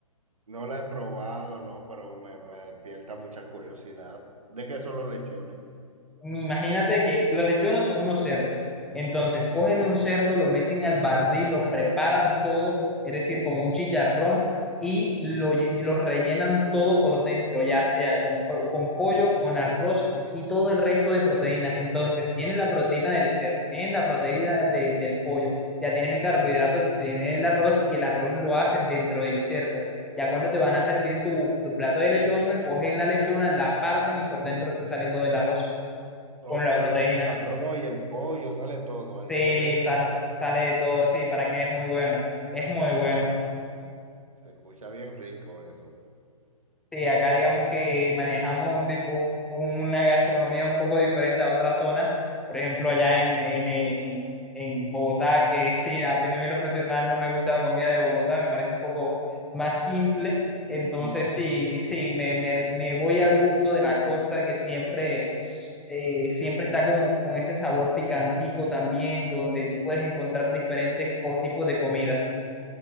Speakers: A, on the right; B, in the centre.
A: No la he probado, no, pero me, me despierta mucha curiosidad. ¿De qué son los lechones?
B: Imagínate que los lechones son unos cerdos. Entonces, cogen un cerdo, lo meten al barril, lo preparan todo, es decir, como un chicharrón, y lo, lle- y lo rellenan todo por dentro, ya sea con, po- con pollo, con arroz y todo el resto de proteínas. Entonces, tienes la proteína del cerdo, tienes la proteína de- del pollo, ya tienes el carbohidrato que tiene el arroz, y el arroz lo hacen dentro del cerdo. Ya cuando te van a servir tu, tu plato de lechona, cogen la lechona, la parten y por dentro te sale todo el arroz
A: Ok,
B: con la
A: sale
B: proteína.
A: el arroz y el pollo, sale todo ahí.
B: Sí,
A: Qué rico.
B: sale, sale de todo, sí, para que es muy bueno, es muy bueno.
A: Se escucha bien rico eso.
B: Sí, acá digamos que manejamos un tipo, un- una gastronomía un poco diferente a otras zonas. Por ejemplo, allá en, en, en, en Bogotá, que sí, a mí en lo profesional no me gusta la comida de Bogotá, me parece un poco más simple. Entonces,
A: Mm.
B: sí, sí, me, me, me voy al gusto de la costa que siempre, eh, siempre está como con ese sabor picantico también, donde tú puedes encontrar diferentes co- tipos de comida.